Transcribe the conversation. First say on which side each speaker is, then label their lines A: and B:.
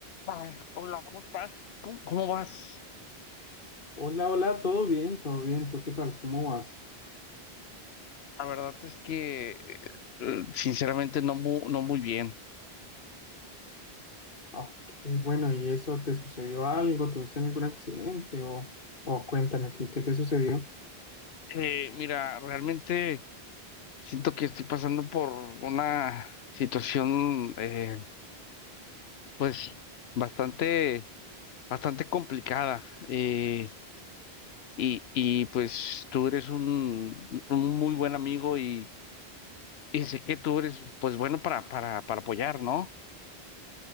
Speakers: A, on the left (about 75°); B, on the left (about 55°).
A: Ay, hola, ¿cómo estás? ¿Cómo, cómo vas?
B: Hola, hola, todo bien, todo bien. ¿Tú qué tal? ¿Cómo vas?
A: La verdad es que, eh, sinceramente, no, mu- no muy bien.
B: Ok, bueno, ¿y eso te sucedió algo? ¿Tuviste algún accidente? O, o cuéntame, ¿qué, qué te sucedió?
A: Eh, mira, realmente siento que estoy pasando por una situación, eh, pues, bastante, bastante complicada. Eh, y, y, pues, tú eres un, un muy buen amigo y, y sé que tú eres, pues, bueno para, para, para apoyar, ¿no?